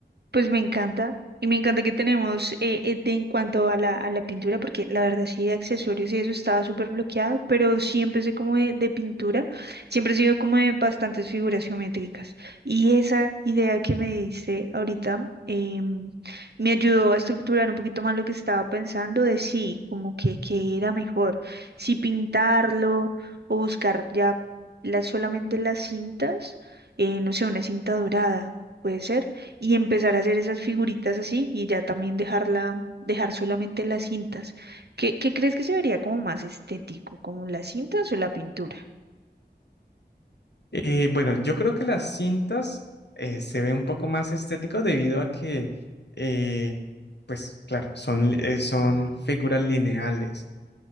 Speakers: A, on the right; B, on the left.
A: Pues me encanta. Y me encanta que tenemos eh, eh, de- en cuanto a la, a la pintura, porque la verdad sí de accesorios y eso estaba súper bloqueado, pero sí empecé como de, de pintura, siempre he sido como de bastantes figuras geométricas. Y esa idea que me diste ahorita em, me ayudó a estructurar un poquito más lo que estaba pensando de sí, como que, que era mejor, si pintarlo o buscar ya la- solamente las cintas, eh, no sé, una cinta dorada, puede ser y empezar a hacer esas figuritas así y ya también dejarla, dejar solamente las cintas. ¿Qué, qué crees que se vería como más estético, como las cintas o la pintura?
B: Eh, bueno, yo creo que las cintas eh, se ve un poco más estético debido a que, eh, pues claro, son, li- eh, son figuras lineales,